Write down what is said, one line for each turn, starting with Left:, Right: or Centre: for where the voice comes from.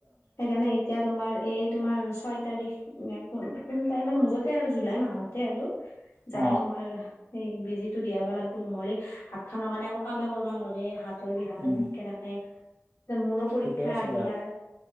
Left: সেইকাৰণে এতিয়া তোমাৰ এই। তোমাৰ ছয় তাৰিখ নে কোন তাৰিমান মুঠতে আৰু জুলাই মাহতে আৰু।
Right: অ
Left: যাই তোমাৰ। সেই বেজিটো দিয়াবা লাগ্‌বো নহলে হাত খানৰ কাৰণে একো কামেই কৰ্‌বা নৰে হাত। হাতৰ বিষ হাতৰ
Right: উম
Left: বিষকে থাকে। মোৰো পৰীক্ষা
Right: ঠিকে আছে
Left: আহিল
Right: দা,
Left: আৰ